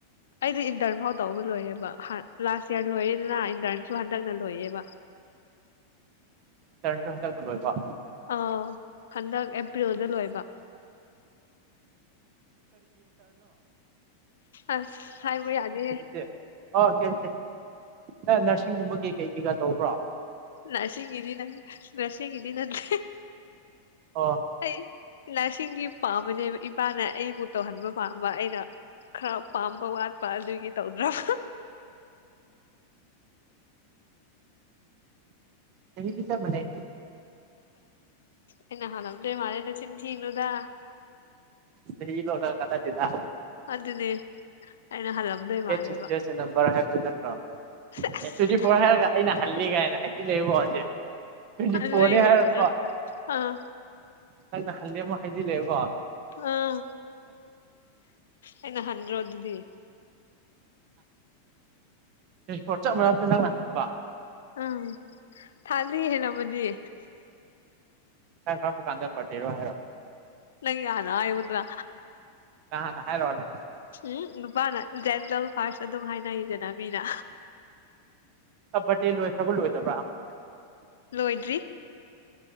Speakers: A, on the left; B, on the right.
A: ꯑꯩꯗꯤ ꯏꯟꯇꯔꯐꯥꯎ ꯇꯒ ꯂꯣꯏꯔꯦꯕꯍꯥꯟ ꯂꯥꯁ ꯏꯔ ꯂꯣꯏꯌꯦꯦꯗꯅ ꯏꯟꯇꯔꯟꯁꯨ ꯍꯟꯗꯛꯅ ꯂꯣꯏꯌꯦꯕ
B: ꯇꯔ ꯍꯗꯣꯕ
A: ꯑꯥ ꯍꯟꯗꯛ ꯑꯦꯄ꯭ꯔꯤꯜꯗ ꯂꯣꯏꯕ ꯑꯁ ꯍꯥꯏꯕ ꯌꯥꯗꯦ
B: ꯆꯦ ꯑꯣꯦꯡ ꯑꯦ ꯅꯔꯁꯤꯡꯒꯨꯝꯕ ꯀꯩ ꯀꯩ ꯀꯩꯀꯥ ꯇꯧꯕ꯭ꯔ
A: ꯂꯁꯤꯒꯤ ꯏꯗꯤ ꯅꯪ ꯂꯁꯤꯒꯤꯗꯤ ꯅꯪꯗꯤ
B: ꯑꯣ
A: ꯑꯩ ꯂꯁ ꯏꯁꯤꯡꯒꯤ ꯄꯥꯝꯕꯅꯦ ꯏꯄꯥꯅ ꯑꯩꯕꯨ ꯇꯧꯍꯟꯕ ꯄꯥꯝꯕ ꯑꯩꯅ ꯈꯔ ꯄꯥꯝꯕ ꯋꯥꯠꯄ ꯑꯗꯨꯒꯤ ꯇꯧꯗ꯭ꯔꯕ
B: ꯆꯍꯤꯍꯤꯗꯤ ꯆ ꯃꯅꯥꯏꯒ
A: ꯏꯩꯅ ꯍꯅꯦ ꯃꯥꯦꯅ ꯆꯤꯟꯊꯅꯨꯗ
B: ꯁ ꯂꯣꯂ ꯀꯗꯖꯤꯗ
A: ꯑꯗꯨꯅꯦ ꯑꯩꯅ ꯍꯜꯂꯝꯗꯣꯏ ꯃꯥꯜꯂꯦꯕ
B: ꯁꯤꯇꯁꯦ ꯅꯝꯕꯔ ꯍꯥꯏꯕꯗꯨꯣ ꯅꯠꯇ꯭ꯔꯣ
A: ꯁꯦꯁ
B: ꯑꯦ ꯇ꯭ꯋꯦꯟꯇꯤ ꯐꯣꯔ ꯍꯥꯏꯔꯒ ꯑꯩꯥꯏꯩꯅ ꯍꯜꯂꯤ ꯀꯥꯏꯅꯥꯏ ꯏ ꯂꯩꯕꯣꯁꯦ ꯇ꯭ꯋꯦꯟꯇꯤ
A: ꯑꯗꯨ
B: ꯐꯣꯔꯅꯤ
A: ꯑꯩꯅ
B: ꯍꯥꯏꯔꯀꯣ
A: ꯍꯟꯗ꯭ꯔꯣ ꯑꯥ
B: ꯅꯪꯗ ꯈꯜꯗꯤ ꯑꯃꯨꯛ ꯍꯥꯏꯖꯤꯜꯂꯦꯕ
A: ꯑꯥ ꯑꯩꯅ ꯍꯟ꯭ꯔꯣ ꯑꯗꯨꯗꯤ
B: ꯇꯄꯣꯔꯠ ꯆꯞ ꯃꯝꯁ ꯅꯪꯅꯍꯟꯕ
A: ꯑꯝ ꯊꯥꯖ ꯍꯦꯃꯗꯤ
B: ꯈ ꯀꯔꯄ ꯀꯥꯟꯗ ꯄꯗꯦꯔꯣ ꯍꯥꯏꯔꯣ
A: ꯅꯪ ꯌꯥꯅꯥꯏꯎꯗ꯭ꯔꯥ
B: ꯑ ꯍꯥꯏꯔ ꯋꯥꯗꯦ
A: ꯎꯝ ꯅꯨꯄꯥꯅ ꯖꯦꯟꯗꯜ ꯐꯥꯔꯁ ꯑꯗꯨꯝ ꯍꯥꯏꯅꯩꯗꯅ ꯃꯤꯅ
B: ꯕꯇꯦꯜ ꯂꯣꯏꯈ꯭ꯔꯕ ꯂꯣꯏꯗꯕ꯭ꯔꯥ ꯑꯃ
A: ꯂꯣꯏꯗ꯭ꯔꯤ